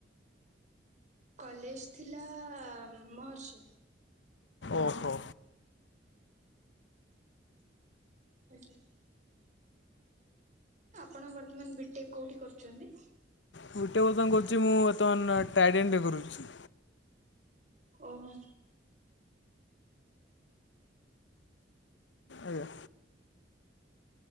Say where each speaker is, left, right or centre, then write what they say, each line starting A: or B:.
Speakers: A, on the right; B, on the left.
A: କଲେଜ ଥିଲା ମହର୍ଷି।
B: ଓହୋ।
A: ଆଜ୍ଞା। ଆପଣ ବର୍ତ୍ତମାନ ବି ଟେକ୍ କୋଉଠି କରୁଛନ୍ତି।
B: ବିଟେକ୍ ବର୍ତ୍ତମାନ କରୁଛି ମୁଁ ବର୍ତ୍ତମାନ ଟାଇଡେନରେ କରୁଛି।
A: ଓହୋ।
B: ଆଜ୍ଞା